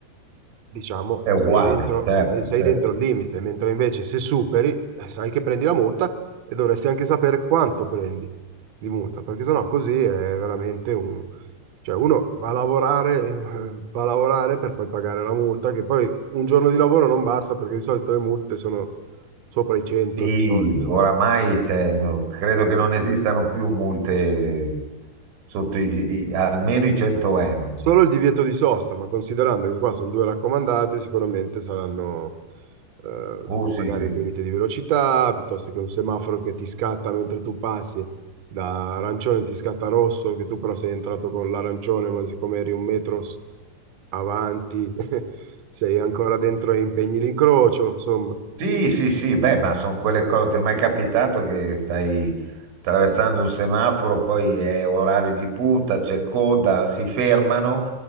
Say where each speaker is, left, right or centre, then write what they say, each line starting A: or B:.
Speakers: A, on the right (about 55°); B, on the right (about 85°).
A: diciamo,
B: È uguale,
A: sei dentro,
B: certo,
A: sei de- sei
B: certo.
A: dentro il limite, mentre invece se superi, eh, sai che prendi la multa e dovresti anche sapere quanto prendi di multa, perché sennò così è veramente un... Cioè uno va a lavorare, eh, va a lavorare per poi pagare la multa, che poi un giorno di lavoro non basta perché di solito le multe sono sopra i 100
B: Sì,
A: di solito.
B: oramai se- credo che non esistano più multe sotto i, i- almeno i 100 euro.
A: Solo
B: guarda.
A: il divieto di sosta, ma considerando che qua sono due raccomandate, sicuramente saranno eh,
B: Uh, sì,
A: magari
B: sì.
A: il limite di velocità, piuttosto che un semaforo che ti scatta mentre tu passi da arancione ti scatta rosso, che tu però sei entrato con l'arancione, ma siccome eri un metro s- avanti, <laughs> sei ancora dentro e impegni l'incrocio, insomma.
B: Sì, sì, sì, beh, ma sono quelle cose, ti è mai capitato che stai attraversando un semaforo, poi è orario di punta, c'è coda, si fermano,